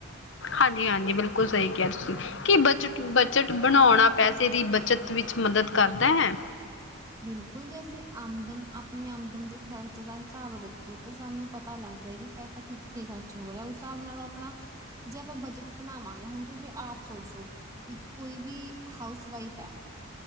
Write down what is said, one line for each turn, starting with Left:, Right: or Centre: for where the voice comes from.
Left: ਹਾਂਜੀ- ਹਾਂਜੀ, ਬਿਲਕੁਲ ਸਹੀ ਕਿਹਾ ਤੁਸੀਂ ਕਿ ਬੱਚਟ, ਬੱਚਟ ਬਣਾਉਣਾ ਪੈਸੇ ਦੀ, ਬਚਤ ਵਿੱਚ ਮਦਦ ਕਰਦਾ ਹੈ।
Right: ਬਿਲਕੁਲ ਜੇ, ਅਸੀਂ ਆਮਦਨ ਆਪਣੀ ਆਮਦਨ ਦੇ ਖ਼ਰਚ ਦਾ ਹਿਸਾਬ ਰੱਖੀਏ ਤਾਂ ਸਾਨੂੰ ਪਤਾ ਲੱਗਦਾ ਕਿ ਪੈਸਾ ਕਿੱਥੇ ਖਰਚ ਹੋ ਰਿਹਾ, ਉਸ ਹਿਸਾਬ ਨਾਲੋਂ ਆਪਣਾ ਜੇ ਆਪਾਂ, ਬਜਟ ਬਣਾਵਾਂਗੇ ਹੁਣ ਤੁਸੀਂ ਆਪ ਸੋਚਲੋ ਇੱਕ ਕੋਈ ਵੀ ਹਾਊਸ ਵਾਈਫ ਹੈ,